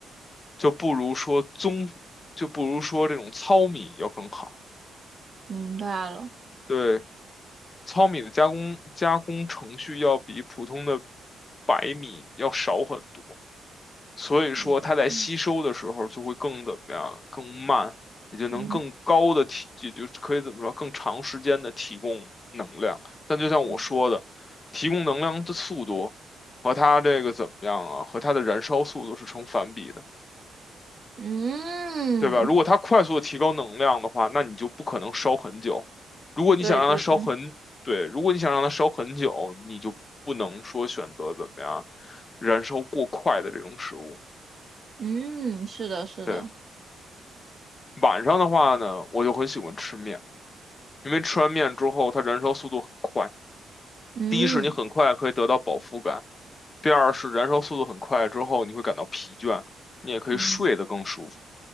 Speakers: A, on the left; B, on the right.
A: 就不如说棕，就不如说这种糙米要更好。
B: 明白了，
A: 对，糙米的加工加工程序要比普通的白米要少很多。所以说它在吸收的时候就会更怎么样，
B: 手控
A: 更慢，也就能更高的提，
B: 嗯
A: 也就可以怎么说，更长时间的提供能量。但就像我说的，
B: 嗯
A: 提供能量的速度和它这个怎么样啊，和它的燃烧速度是成反比的，
B: 嗯，
A: 对吧？如果它快速的提高能量的话，那你就不可能烧很久。如果你想让它烧很，
B: 对对对，
A: 对，如果你想让它烧很久，你就不能说选择怎么样燃烧过快的这种食物。
B: 嗯，是的，是的，
A: 对。晚上的话呢，我就很喜欢吃面，因为吃完面之后，它燃烧速度很快。
B: 嗯
A: 第一是你很快可以得到饱腹感，第二是燃烧速度很快之后，你会感到疲倦，你也可以睡得更舒服。
B: 嗯，